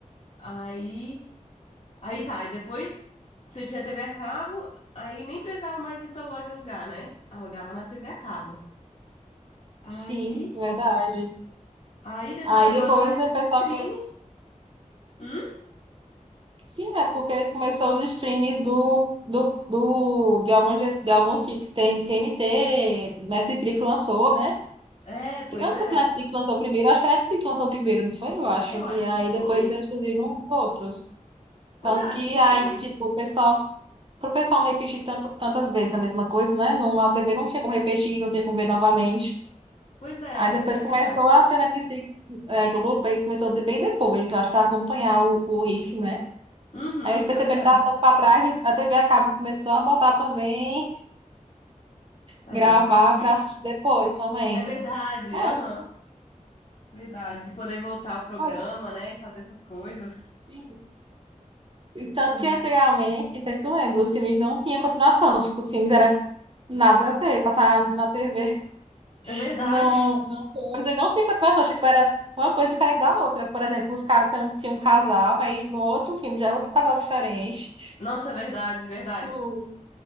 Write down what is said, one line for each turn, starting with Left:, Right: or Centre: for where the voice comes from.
Left: Aí. Aí tá. Aí depois você tinha TV a cabo, aí nem precisava mais ir pra loja alugar, né? Alugava na TV a cabo. Aí.
Right: sim, verdade.
Left: Aí depois
Right: Aí
Left: agora
Right: depois
Left: tá esses
Right: o pessoal
Left: streaming.
Right: começou.
Left: Hum?
Right: Sim, é porque começou os streams do, do, do, de alguns, de alguns tipos. Tem TNT, Netflix lançou, né?
Left: É, pois
Right: Eu não
Left: é.
Right: sei se Netflix lançou primeiro, acho que a Netflix lançou primeiro, não foi? Eu acho.
Left: Eu acho
Right: E aí
Left: que foi.
Right: depois vieram surgindo uns outros.
Left: Pois
Right: Tanto
Left: é, acho
Right: que
Left: que
Right: aí,
Left: foi.
Right: tipo, o pessoal, pro pessoal não repetir tanto, tantas vezes a mesma coisa, né? Não, a TV não tinha como repetir, não tinha como ver novamente.
Left: Pois é,
Right: Aí depois
Left: é
Right: começou
Left: verdade.
Right: a ter Netflix, é, Globoplay começou de- bem depois, eu acho, pra acompanhar o, o ritmo, né?
Left: Uhum,
Right: Aí eles perceberam
Left: pois é.
Right: que estava ficando para trás e a TV a cabo começou a botar também,
Left: É,
Right: gravar
Left: sim.
Right: para depois também.
Left: É verdade.
Right: É,
Left: Aham. Verdade. Poder voltar ao programa,
Right: foi.
Left: né? E fazer essas coisas.
Right: sim. E Tanto
Left: Uhum.
Right: que anteriormente, não sei se tu lembra, os filmes não tinha continuação. Tipo, os filmes era nada a ver, passar na TV
Left: É verdade.
Right: não, não coisa, não tinha continuação. Tipo, era uma coisa diferente da outra. Por exemplo, os caras tão- tinham um casal, aí no outro filme já era outro casal diferente.
Left: Nossa, é verdade, verdade.
Right: Tipo,